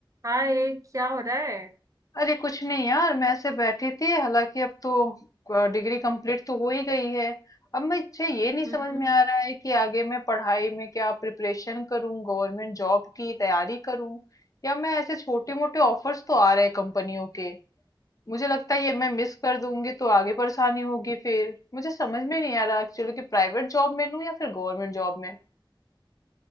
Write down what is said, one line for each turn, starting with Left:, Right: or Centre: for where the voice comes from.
Right: हाय क्या हो रहा है
Left: अरे कुछ नहीं यार मैं ऐसे बैठी थी हालांकि अब तो डिग्री कंप्लीट तो हो ही गई है अब मुझे ये नहीं
Right: हम्म
Left: समझ में आ रहा है कि आगे मैं पढ़ाई में क्या प्रिपरेशन करूं गवर्नमेंट जॉब की तैयारी करूं या मैं ऐसे छोटे मोटे ऑफर्स तो आ रहे हैं कंपनियों के मुझे लगता है ये मैं मिस कर दूंगी तो आगे परेशानी होगी फिर मुझे समझ में नहीं आ रहा एक्चुअली कि प्राइवेट जॉब में लूं या फिर गवर्नमेंट जॉब में